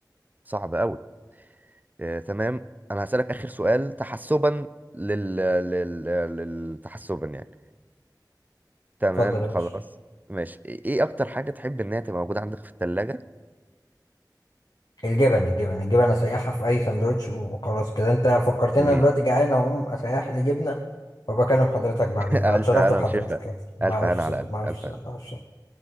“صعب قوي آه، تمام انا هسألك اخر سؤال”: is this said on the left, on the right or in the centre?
Right